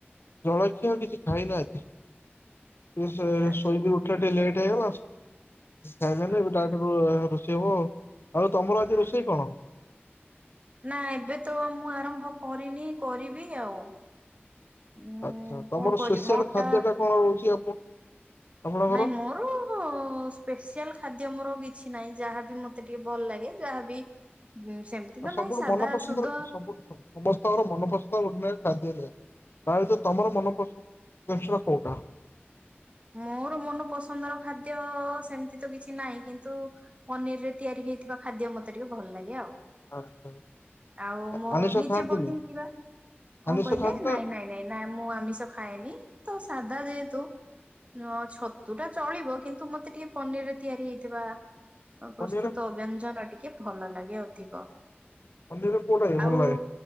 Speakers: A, on the left (about 65°); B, on the right (about 30°).
A: ଜଳଖିଆ କିଛି ଖାଇନାହାନ୍ତି। ଟିକେ
B: ଆଛା
A: ଶୋ ଶୋଇକି ଉଠି ବା ଟିକେ ଲେଟ ହେଇଗଲା। ଖାଇବେନା
B: ଆଛା
A: ଏବେ ଡାଇରେକ୍ଟ ରୋ ଯିବ ଆଉ <unintelligible> ତମର ଆଜି
B: ହଁ
A: ରୋଷେଇ କଣ?
B: ନା ଏବେ ତ ମୁଁ ଆରମ୍ଭ କରିନି କରିବି ଆଉ ଉଁ
A: ଆଚ୍ଛା ତମର
B: କଣ କରିବି
A: ସ୍ପେଶିଆଲ
B: ମୋରଟା
A: ଖାଦ୍ୟ ଟା କଣ ରହୁଛି ଆପ ଆପଣଙ୍କର?
B: ନାଇଁ ମୋର ସ୍ପେସିଆଲ ଖାଦ୍ୟ ମୋର କି କିଛି ନାହିଁ ଯାହାବି ମତେ ଟିକେ ଭଲ ଲାଗେ ଯାହାବି ହୁଁ ସେମିତି ତ
A: ସବୁଠୁ
B: ନାଇଁ ସାଧା
A: ମନପସନ୍ଦର
B: ସୁଧ
A: ସବୁଠୁ ସମସ୍ତଙ୍କର ମନପସନ୍ଦର ଗୋଟିଏ ନେଖା ଖାଦ୍ୟ ଥାଏ। ତାହେଲେ ତମର ମନପସନ୍ଦ ଦର୍ଶନ କୋଉଟା?
B: ମୋର ମନ ପସନ୍ଦର ଖାଦ୍ୟ ସେମିତି ତ କିଛି ନାହିଁ କିନ୍ତୁ ପନିରରେ ତିଆରି ହେଇଥିବା ଖାଦ୍ୟ ମତେ ଟିକେ ଭଲଲାଗେ ଆଉ।
A: ଆଚ୍ଛା ଆଚ୍ଛା।
B: ଆଉ ମୁଁ
A: ଆମିଷ
B: ନିଜେ
A: ଖାଆନ୍ତିନି
B: ବନେଇଥିବା କଣ
A: ଆମିଷ
B: କହିଲେ
A: ଖାଆନ୍ତି ନା
B: ନାଇଁ ନାଇଁ ନାଇଁ ନା ମୁଁ ଆମିଷ ଖାଏନି। ତ ସାଧା ଯେହେତୁ ନ ଛତୁ ଟା ଚଳିବ କିନ୍ତୁ ମତେ ଟିକେ ପନିରରେ ତିଆରି ହେଇଥିବା ପ୍ରସ୍ତୁତ
A: ପନିର
B: ବ୍ୟଞ୍ଜନ ଟିକେ! ! ଭଲ ଲାଗେ ଅଧିକ
A: ପନିରରେ କୋଉଟା କି ଭଲ
B: ଆଉ
A: ଲାଗେ